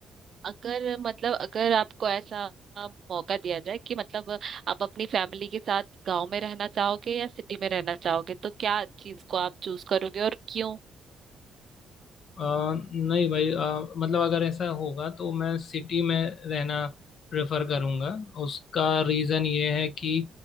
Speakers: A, on the right; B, on the left.
A: अगर मतलब अगर आपको ऐसा मौका दिया जाए कि मतलब आप अपनी फैमिली के साथ गांव में रहना चाहोगे या सिटी में रहना चाहोगे तो क्या चीज को आप चूज करोगे और क्यों
B: अ, नहीं भाई अ, मतलब अगर ऐसा होगा तो मैं सिटी में रहना प्रेफर करूँगा उसका रीज़न ये है कि